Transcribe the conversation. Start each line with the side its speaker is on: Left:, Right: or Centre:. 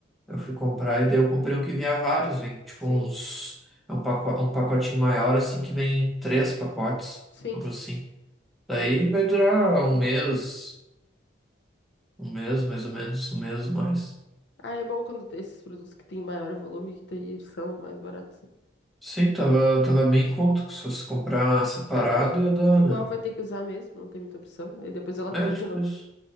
Centre: Eu fui comprar e daí eu comprei um que vinha vários, vem tipo
Left: Sim,
Centre: uns, é um pacote, um pacotinho maior assim que vem três pacotes,
Left: sim.
Centre: algo assim.
Left: <clears throat>
Centre: Daí vai durar
Left: Hum.
Centre: um mês, um mês mais ou menos, um mês mais.
Left: Ah, é bom quando tem esses produtos que têm maior volume, que daí eles são mais baratos. né?
Centre: Sim, tava, tava bem em conta, que só se comprar separado ia dar.
Left: Igual
Centre: né?
Left: vai ter que usar mesmo, não tem muita opção. Aí depois ela
Centre: É,
Left: compra
Centre: é tipo
Left: de novo.
Centre: isso.